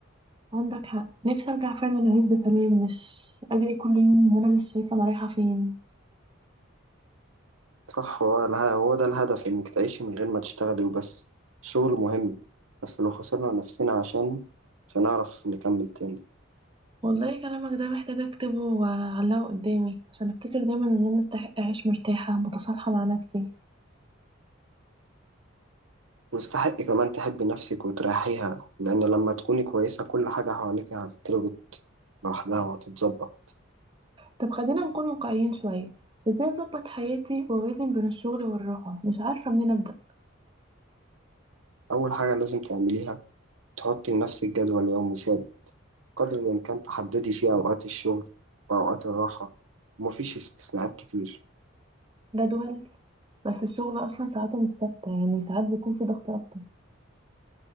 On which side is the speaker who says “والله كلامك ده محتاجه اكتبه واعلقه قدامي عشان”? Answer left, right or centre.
Right